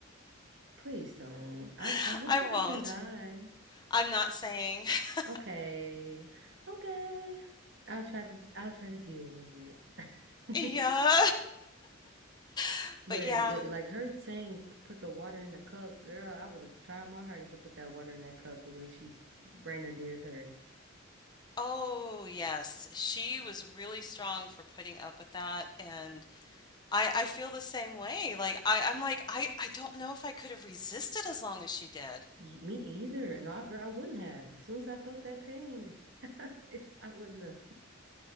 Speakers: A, on the right; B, on the left.
A: Please don't.
B: <laughs>
A: I I hope
B: I
A: she
B: won't.
A: doesn't die.
B: I'm not saying. <laughs>
A: Okay. Okay. I'll try to I'll try to deal with it. <laughs>
B: Yeah, <laughs>
A: But
B: but yeah.
A: it, like her saying, put the water in the cup, girl, I would have tried my hardest to put that water in that cup the way she Raina did her.
B: Oh, yes. She was really strong for putting up with that. And I, I feel the same way. Like I, I'm like, I, I don't know if I could have resisted as long as she did.
A: Ye- Me either. No, I, girl, I wouldn't have. As soon as I felt that pain, <laughs> I wouldn't have.